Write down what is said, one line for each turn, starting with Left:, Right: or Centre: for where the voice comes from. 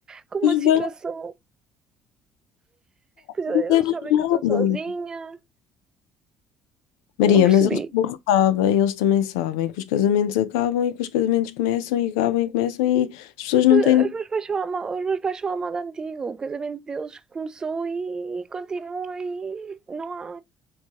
Right: com uma situação.
Left: vão
Right: é,
Left: mudar
Right: Eles sabem
Left: normal.
Right: que eu estou sozinha.
Left: Maria,
Right: Não percebi.
Left: mas eles também sabem, eles também sabem que os casamentos acabam e que os casamentos começam e acabam e começam e as pessoas não
Right: Eh,
Left: têm.
Right: Os meus pais são à os meus pais são à moda antiga. O casamento deles começou e, e continua e não há.